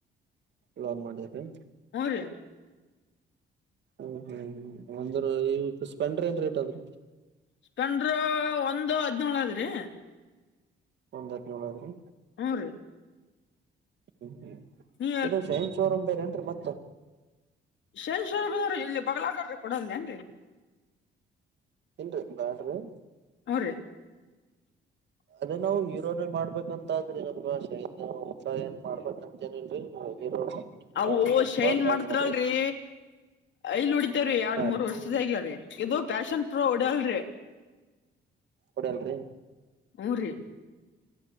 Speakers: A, on the right; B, on the left.
A: ಲೋನ್ ಮಾಡದ್ರ
B: ರೀ
A: ಹ್ಮ್ ಹ್ಮ್ ಹ್ಮ್ ಒಂದ್ರ ಸ್ಪೆಂಡರ್ ಏನ್ ರೇಟ್ ಅದ್ರ
B: ಸ್ಪೆಂಡರು ಒಂದು ಹದನೇಳು ಅದ್ರಿ
A: ಒಂದ್ ಹದ ನೋಳದ್ರಿ
B: ಹ್ಮ್ ರೀ
A: ಹ್ಮ ಹ್ಮ್
B: ನೀ
A: ಇ ಶೈನ್ ಬೇರೆ ಅಂತ ಮತ್ತೆ ಹಾ
B: ಶೇ ಶ ಇಲ್ಲಿ ಬಲ <inaudible> ಕೊೂಡಂದೇಏನ್ರಿ
A: ಏನ್ರರಿ ಬಾಡ್ರಿ
B: ಹ ರ
A: ಅದೇ ನಾವವು ಹೀರೋನೇ ಮಾಡ್ಬೇಕಂತಾದ್ರಿ ನಮ್ಗ ಶೈತ ಊಟ ಏನ್ ಮಾಡ್ಬೇಕಂತೇನಿಲ್ರಿ ಹೀರೋ ಕಂಪನಿ
B: ಅವು
A: ಮಾಡ್ಬೇಕಂತ
B: ಶೈನ್
A: ಬಾಳ ಕಾಯಸಾದ್ರಿ
B: ಮಾಡ್ತ್್ರಲ್ರಿ ಇಲ್ ಉಡಿತೇವ್ರಿ ಎರಡ್
A: ಹಾ
B: ಮೂರ್
A: ರೀ
B: ವರ್ಷದಾಗ್ಯರಿ ಇದು ಫ್ಯಾಶನ್ ಫ್ರೋಡಲ್ ರೀ
A: ಕೊಡಲ್ರಿ
B: ಹಊ ರೀ